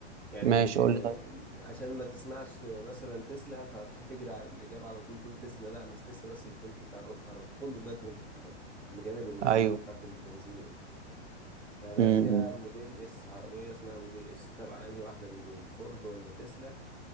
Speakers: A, in the centre; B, on the right.
A: يعني
B: ماشي
A: آه،
B: قول لي طيب
A: عشان ما تسمعش مثلا تسلا فتروح تجري على الاجابه على طول تقول تسلا لا مش تسلا بس اللي بتنتج كهرباء كهرباء كله دلوقتي بينتج كهرباء بجانب الموديلات
B: ايوه
A: بتاعت البنزين يعني فباشا
B: امم
A: موديل اس عربيه اسمها موديل اس تبع انهي واحده من دول فورد ولا تسلا